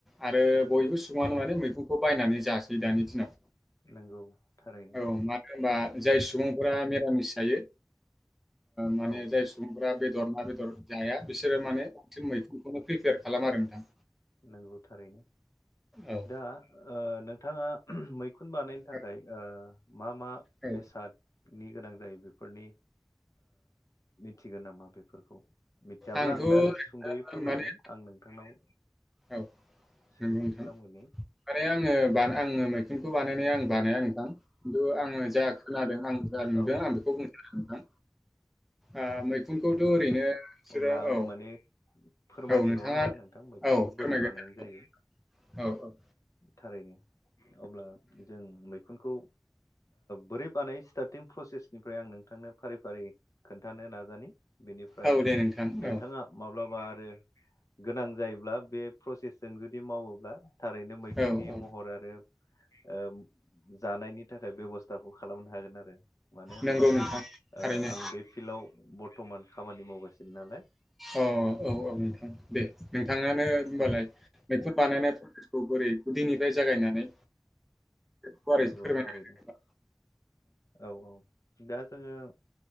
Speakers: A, in the centre; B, on the left (about 50°).
A: आरो बयबो सुबुङानो माने मैखुनखौ बायनानै। जासै दानि दिनाव
B: नंगौ थारैनो
A: औ मानो होमब्ला जाय सुबुं। सुबुंफोरा मिरामिस जायो माने
B: औ
A: जाय सुबुंफोरा बे दर ना बेदर जाया बिसोरो माने ओंख्रि मुंयै मैखुनखौनो प्रिपेयार खालामनानै।
B: नंगौ थारैनो
A: औ,
B: दा ओ। नोंथाङा मैखुन बानायनो थाखाय
A: औ,
B: ओ। मा मा
A: औ।
B: बेसादनि गोनां जायो बेफोरनि। मिथिगोन नामा बेफोरखौ। मिथियाब्ला
A: आंथ'
B: आं
A: ओरैनो
B: दा सुंद'यै फोरमायगोन
A: माने
B: आं नोंथांनाव।
A: औ नंगौ
B: सोंथि
A: नोंथां
B: खालामग्रोनि
A: माने आंओ बानाय आंओ। मैखुनखौ बानायनाया आं बानाया नोंथां खिन्थु आंओ जा खोनादों आं जा नुदों
B: औ
A: आं बेखौ बुंनो नोंथां। ओ मैखुनखौथ'
B: नंगौ
A: ओरैनो बिसोरो
B: अब्ला आं
A: औ,
B: माने। फोरमायनि
A: औ नोंथाङा
B: नङा होमबा नोंथां मैखुनखौ
A: औ फोरमायग्रोदो।
B: बोरै बानायनाय जायो।
A: औ औ।
B: थारैनो अब्ला जों मैखुनखौ बोरै बानायै। सिथारथिं प्रसेसनिफ्राय आं नोंथांनो फारि फारि खोन्थानो नाजानि। बेनिफ्राय
A: औ दे नोंथां।
B: नोंथाङा
A: औ,
B: माब्लाबा आरो गोनां जायोब्ला बे प्रसेस। जों जुदि मावोब्ला थारैनो मैखुननि
A: औ, औ
B: महर आरो। जानायनि थाखाय बेबस्था। खौ खालामनो हागोन आरो मानो होनब्ला
A: नंगौ नोंथां थारैनो।
B: आं बे फिल्डआव। बर्थ'मान खामानि मावगासिनो नालाय।
A: औ औ औ नोंथां दे। बिथाङानो होनबालाय
B: औ
A: मैखुन बानायनाय प्रसेसखौ बोरै गुदिनिफ्राय जागायनानै। गुवारै
B: नंगौ
A: फोरमायना
B: थारैनो
A: होदो।
B: औ औ। दा जोंओ